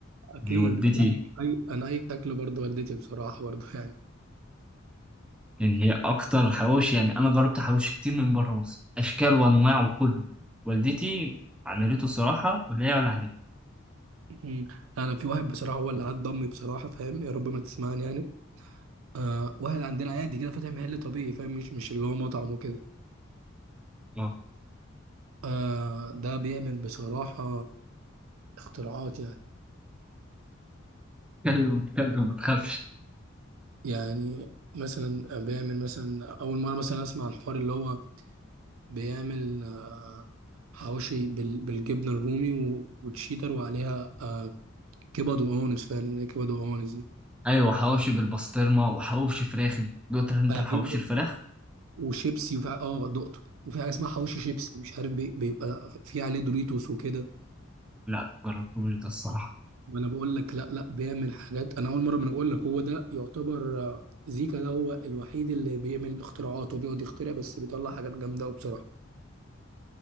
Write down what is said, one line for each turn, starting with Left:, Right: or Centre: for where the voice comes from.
Right: اكيد
Centre: يعني والدتي
Right: لا انا اي انا اي اكل برضه والدتي بصراحه برضه <laughs> يعني
Centre: يعني هي اكتر حوش يعني انا جربت حوش كتير من بره مصر اشكال وانواع وكله والدتي عملته الصراحة ولا هي ولا عليه
Right: مم. انا في واحد بصراحه هو اللي عض امي بصراحه فاهم يا رب ما تسمعني يعني آه واحد عندنا عادي كده فاتح محل طبيعي فاهم مش مش اللي هو مطعم وكده
Centre: اه.
Right: آه ده بيعمل بصراحه اختراعات يعني
Centre: كلب كلب ما تخافش
Right: يعني مثلا آه، بيعمل مثلا اول مره مثلا اسمع الحوار اللي هو بيعمل آه حواوشي بال- بالجبنه الرومي و- وتشيدر وعليها آه كبد وقوانص فعلا هي كبد وقوانص
Centre: ايوه حواوشي بالبسطرمه وحواوشي فراخ دوت انت الحواوشي
Right: دي
Centre: الفراخ
Right: وشيبسي وفي اه نقطه وفي حاجه اسمها حواوشي شيبسي مش عارف بي- بيبقى في عليه دوريتوس وكده
Centre: لا لا، جربتوش ده الصراحه
Right: ما انا بقول لك لا لا بيعمل حاجات انا اول مره ما انا بقول لك هو ده يعتبر آه، زيكا ده هو الوحيد اللي بيعمل اختراعات وبيقعد يخترع بس بيطلع حاجات جامده قوي بصراحه